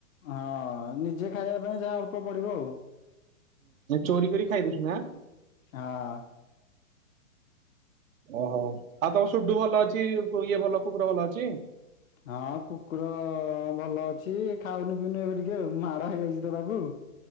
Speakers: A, on the left; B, on the right.
A: ହଁ ନିଜେ ଖାଇବା ପାଇଁ ଯାହା ଅଳ୍ପ ପଡିବ ଆଉ।
B: ଚୋରି କରି ଖାଇ ଦୋଉଚୁ ନାଁ।
A: ହଁ।
B: ଓହୋ ଆଉ ତମ ସୁୁଠୁ ଭଲ ଅଛି ଇଏ ଭଲ କୁକୁର ଭଲ ଅଛି।
A: ହଁ କୁକୁର ଭଲ ଅଛି ଖାଉନି ପିଉନି ଏବେ ଟିକେ ଆଉ ମାଡ ହେଇଯାଇଚି ତ ତାକୁ।